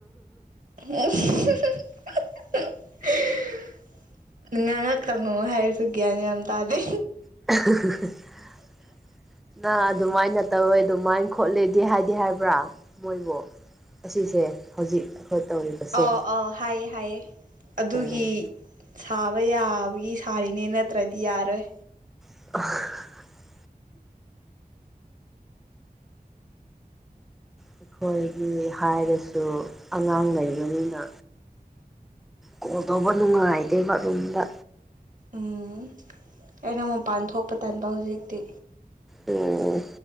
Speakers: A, on the right; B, in the centre.
A: <unintelligible> ꯉꯥꯡꯉꯛꯀꯅꯣ ꯍꯥꯏꯔꯁꯨ ꯒ꯭ꯌꯥꯟ ꯌꯥꯝ ꯇꯥꯗꯦ
B: <unintelligible> ꯅꯥ ꯑꯗꯨꯃꯥꯏꯅ ꯇꯧꯋꯦ ꯑꯗꯨꯃꯥꯏꯅ ꯈꯣꯠꯂꯦꯗꯤ ꯍꯥꯏꯗꯤ ꯍꯥꯏꯕ꯭ꯔꯥ ꯃꯣꯏꯕꯨ ꯑꯁꯤꯁꯦ ꯍꯧꯖꯤꯛ ꯑꯩꯈꯣꯏ ꯇꯧꯔꯤꯕꯁꯦ
A: ꯑꯥꯎ ꯑꯥꯎ ꯍꯥꯏꯌꯦ ꯍꯥꯏꯌꯦ ꯑꯗꯨꯒꯤ
B: ꯎꯝ
A: ꯁꯥꯕ ꯌꯥꯕꯒꯤ ꯁꯥꯔꯤꯅꯦ ꯅꯠꯇ꯭ꯔꯗꯤ ꯌꯥꯔꯣꯏ
B: <unintelligible> ꯑꯩꯈꯣꯏꯒꯤ ꯍꯥꯏꯔꯁꯨ ꯑꯉꯥꯡ ꯂꯩꯕꯅꯤꯅ ꯀꯣꯜ ꯇꯧꯕ ꯅꯨꯡꯉꯥꯏꯇꯦꯕ ꯔꯨꯝꯗꯥ
A: ꯎꯝ ꯑꯩꯅ ꯃꯄꯥꯟ ꯊꯣꯛꯄ ꯇꯥꯟꯕ ꯍꯧꯖꯤꯛꯇꯤ
B: ꯑꯣ